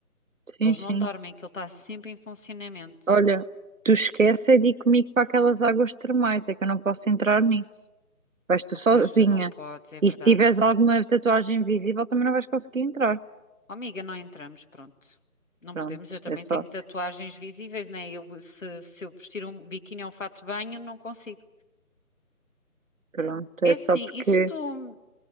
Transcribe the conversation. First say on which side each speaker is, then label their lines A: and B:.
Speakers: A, on the right; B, on the left.
A: sim,
B: Eles
A: sim.
B: não dormem, que ele está sempre em funcionamento.
A: Olha, tu esquece é de ir comigo para aquelas águas termais, é que eu não posso entrar nisso. Vais tu
B: Ah,
A: sozinha.
B: pois não podes, é verdade.
A: E se tiveres alguma tatuagem invisível, também não vais conseguir entrar.
B: Oh, amiga, não entramos, pronto. Não
A: Pronto,
B: podemos, eu também
A: é só,
B: tenho tatuagens visíveis, né? Eu, se, se eu vestir um biquíni ou um fato de banho, não consigo.
A: pronto,
B: É
A: é
B: assim,
A: só porque,
B: e se tu,